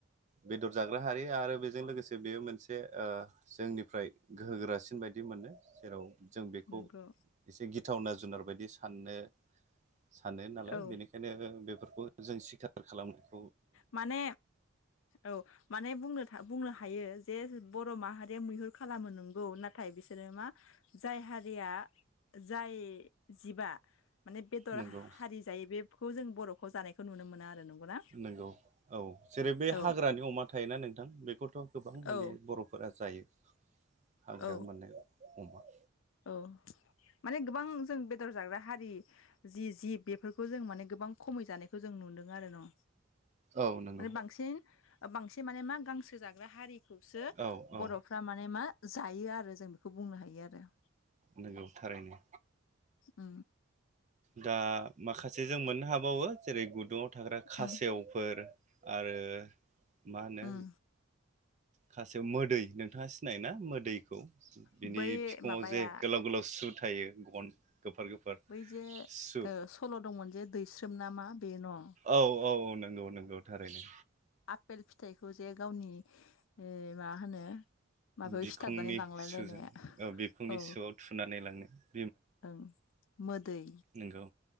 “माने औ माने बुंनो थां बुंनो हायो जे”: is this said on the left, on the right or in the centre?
Left